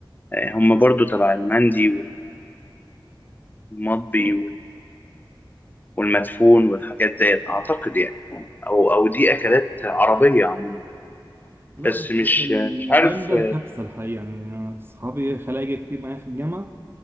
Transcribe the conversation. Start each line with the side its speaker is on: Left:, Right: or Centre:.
Left: آه، هم برضو تبع المندي والمطبي وال- والمدفون والحاجات ديت أعتقد يعني أو أو دي أكلات عربية عموما
Right: لا
Left: بس
Right: بس
Left: مش
Right: الجامدة
Left: مش عارف
Right: الكبسة الحقيقة يعني أنا أصحابي خلايجة كتير معايا في الجامعة